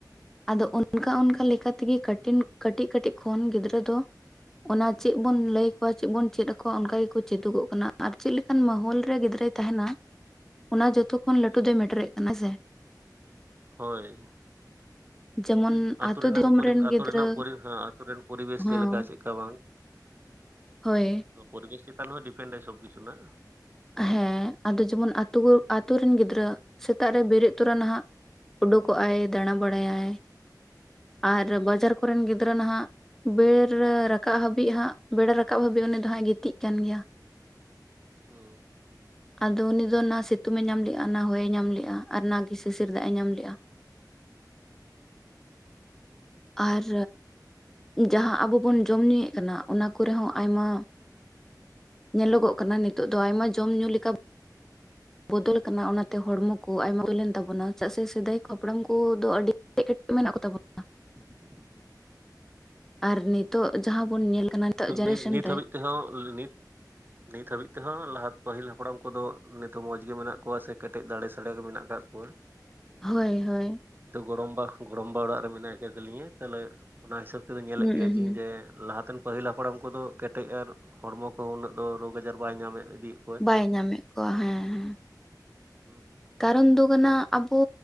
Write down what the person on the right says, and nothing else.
ᱦᱩᱸ
ᱦᱳᱭ
ᱢᱤᱫᱴᱮᱱ ᱟᱹᱛᱩ
ᱨᱮᱱᱟᱝ
ᱯᱚᱨᱤ
ᱟᱹᱛᱩ
ᱨᱮᱱᱟᱜ ᱯᱚᱨᱤ ᱦᱮᱸ ᱟᱹᱛᱩ ᱨᱮᱱ ᱯᱚᱨᱤᱵᱮᱥ
ᱪᱮᱫ ᱞᱮᱠᱟ ᱪᱮᱜ ᱠᱟᱵᱟᱝ
ᱛᱚ ᱯᱚᱨᱤᱵᱮᱥ ᱪᱮᱛᱟᱱ ᱦᱚᱸ ᱰᱤᱯᱮᱱᱰᱟᱭ ᱥᱚᱵ ᱠᱤᱪᱷᱩ ᱱᱟᱜᱼᱼ
ᱦᱩᱸ
<inaudible>
ᱱᱤᱛ ᱱᱤᱛ
ᱦᱟᱹᱵᱤᱡ ᱛᱮ ᱦᱚᱸ ᱱᱤᱛ ᱱᱤᱛ ᱦᱟᱹᱵᱤᱡ ᱛᱮ ᱦᱚᱸ ᱞᱟᱦᱟ ᱯᱟᱹᱦᱤᱞ ᱦᱟᱯᱲᱟᱢ ᱠᱚᱫᱚ ᱱᱤᱛᱦᱚ ᱢᱚᱸᱡᱽ ᱜᱮ ᱢᱮᱱᱟᱜ ᱠᱚᱣᱟ ᱥᱮ ᱠᱟᱹ ᱴᱮᱡ ᱫᱟᱲᱮ ᱥᱟᱲᱮ ᱜᱮ ᱢᱮᱱᱟᱜ ᱟᱠᱟᱜ ᱠᱚᱣᱟ᱾
ᱛᱚ ᱜᱚᱲᱚᱢᱵᱟ ᱜᱚᱲᱚᱢᱵᱟ ᱚᱲᱟᱜ ᱨᱮ ᱢᱮᱱᱟᱭ ᱠᱟᱫᱮᱞᱤᱧᱟᱹ ᱛᱟᱦᱞᱮ ᱚᱱᱟ ᱦᱤᱥᱟᱹᱵ ᱛᱮ ᱫᱚ ᱧᱮᱞᱮᱫ
ᱜᱮᱭᱟ ᱡᱮᱧ
ᱡᱮᱼᱼ ᱞᱟᱦᱟᱛᱮᱱ ᱯᱟᱹᱦᱤᱞ ᱦᱟᱯᱲᱟᱢ ᱠᱚ ᱫᱚ ᱠᱮᱴᱮᱡ ᱟᱨ ᱦᱚᱲᱢᱚ ᱠᱚ ᱩᱱᱟᱹᱜ ᱫᱚ ᱨᱳᱜᱽ ᱟᱡᱟᱨ ᱵᱟᱭ ᱧᱟᱢᱮᱫ ᱤᱫᱤᱜ
ᱩᱸᱜ